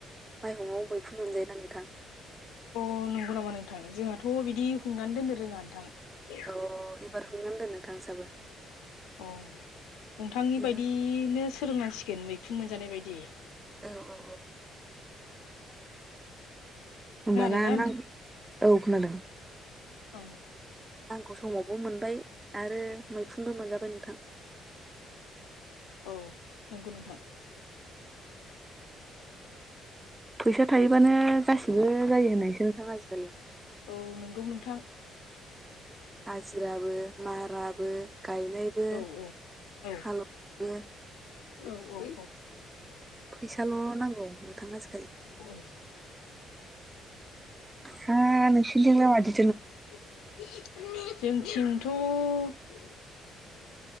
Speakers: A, on the right; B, on the left.
A: माइहुङाव मैखुन मोनजायो ना नोथां?
B: अ नंगौ नामा नोंथां जोंहाथ' बिदि हुंनानै दोननो रोङा नोंथां।
A: औ एबार हुंनानै दोन नोंथां नोंसाबो
B: अ नोंथांनि
A: दैज्लां
B: बायदिनो सोलोंनांसिगोन मैखुन मोनजानाय बायदि
A: औ औ औ होनबाना
B: खोनादोंना
A: मा औ‌ खोनादों
B: अ
A: नांखौ समावबो मोनबाय आरो मैखुनबो मोनजाबाय नोंथां
B: औ नंगौ नोंथां।
A: फैसा थायोबानो गासिबो जायो होननायसो नोंथां आजिखालि
B: औ नंगौ नोंथां।
A: हाजिराबो माराबो गायनायबो
B: औ औ
A: हालौ बो
B: औ औ औ
A: फैसाल' नांगौ नोंथां आजिखालि
B: औ औ
A: हा नोंसिनिथिंलाय मादि?
B: <inaudible> जोंथिंथ'